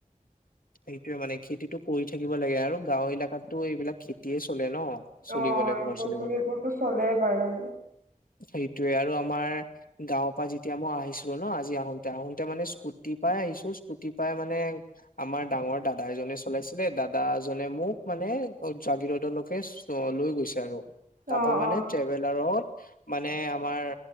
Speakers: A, on the left; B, on the right.
A: সেইটোয়ে মানে খেতিতটো কৰি থাকিব লাগে আৰু গাঁও এলেকাতো এইবিলাক খেতিয়ে চলে ন। চলিবলে
B: অ
A: ঘৰ
B: বৰপুল
A: চলিবলে
B: এইবোৰ ষতো চলে বাৰু।
A: সেইটোৱে আৰু আমাৰ। গাঁওৰ পৰা যেতিয়া মই আহিছিলো ন আজি আহোতে আহোতে মানে স্কুটি পাই আহিছো স্কুটি পাই মানে। আমাৰ ডাঙৰ দাদা এজনে চলাইছিলে দাদা এ জনে মোক মানে জাগিৰোদলৈকে। লৈ গৈছে আৰু তাৰাপা
B: অ
A: মানে
B: অ
A: ট্ৰেভেলাৰত মানে আমাৰ